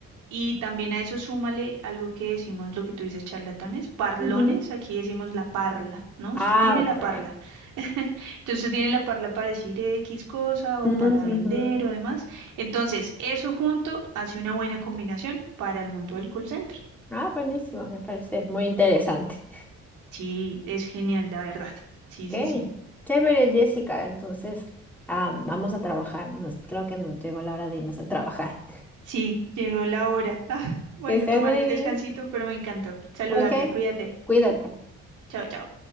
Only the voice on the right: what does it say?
y también a eso súmale algo que decimos, lo que tú dices, charlatanes, parlones,
aquí decimos la parla, ¿no? Usted
tiene
la parla. Entonces, usted tiene la parla para decir X cosa o
para vender
o demás. Entonces, eso junto hace una buena combinación para el mundo del call center.
Sí, es genial, la verdad. Sí, sí,
sí.
Sí, llegó la hora. Ah, bueno,
tomar
el
descansito, pero me encantó. Saludarte,
cuídate.
Chao, chao.